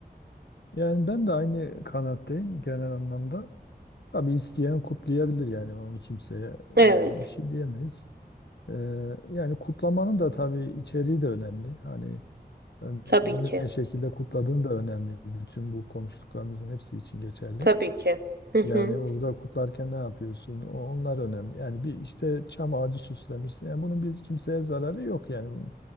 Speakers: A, on the left; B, on the right.
A: Yani ben de aynı kanaatteyim genel anlamda. Tabii isteyen kutlayabilir yani onu kimseye e,
B: Evet,
A: bir şey diyemeyiz. E, Yani kutlamanın da tabii içeriği de önemli. Hani
B: tabii
A: ne
B: ki.
A: şekilde kutladığın da önemli. Bütün bu konuştuklarımızın hepsi için geçerli.
B: Tabii ki. Hı hı.
A: Yani orada kutlarken ne yapıyorsun? O- Onlar önemli. Yani bir işte çam ağacı süslemişsin. Yani bunun bir kimseye zararı yok yani.